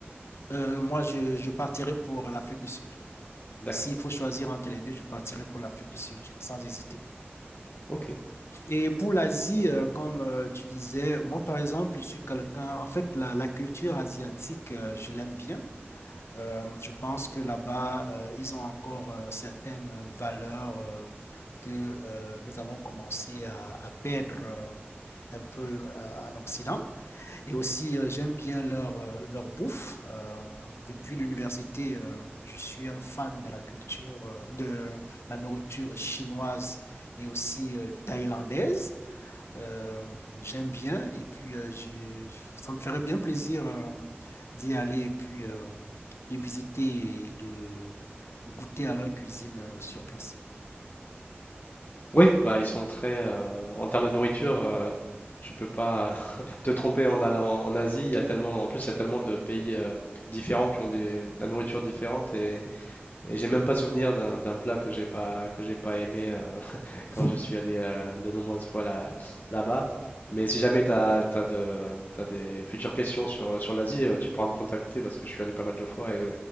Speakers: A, on the left (about 85°); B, on the left (about 45°).
A: Euh, moi, je, je partirai pour l'Afrique du Sud.
B: D'accord.
A: S'il faut choisir entre les deux, je partirai pour l'Afrique du Sud, sans hésiter.
B: Ok.
A: Et pour l'Asie, euh, comme euh, tu disais, moi par exemple, je suis quelqu'un, en fait, la, la culture asiatique, euh, je l'aime bien. Euh, je pense que là-bas, euh, ils ont encore euh, certaines euh, valeurs euh, que euh, nous avons commencé à, à perdre euh, un peu euh, en Occident. Et aussi, euh, j'aime bien leur, euh, leur bouffe. Euh, depuis l'université, euh, je suis un fan de la culture, euh, de la nourriture chinoise et aussi euh, thaïlandaise. Euh, j'aime bien et puis euh, je- ça me ferait bien plaisir euh, d'y aller et puis euh, de visiter et de goûter à leur cuisine euh, sur place.
B: Oui, bah ils sont très euh, en termes de nourriture, euh, tu peux pas <laughs> te tromper en allant en Asie. Il y a tellement, en plus, il y a tellement de pays euh, différents qui ont des, la nourriture différente et
A: Mm.
B: Et j'ai même pas souvenir d'un d'un plat que j'ai pas que j'ai pas aimé euh, <laughs>
A: <laughs>
B: quand je suis allé euh, de nombreuses fois là, là-bas. Mais si jamais tu as, de, t'as des futures questions sur, euh, sur l'Asie, euh, tu pourras me contacter parce que je suis allé pas mal de fois et,